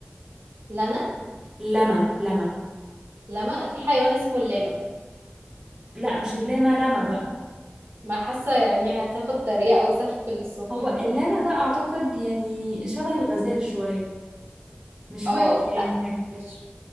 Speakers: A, on the right (about 80°); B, on the right (about 15°).
A: لنا
B: لما لما
A: لما في حيوان اسمه اللاما
B: لا مش اللاما لما بقى
A: ما حاسة يعني هتاخد تريقة وسف للصبح
B: هو اللاما ده اعتقد يعني شبه الغزال شوية مش
A: اه
B: وحش يعني
A: لا مش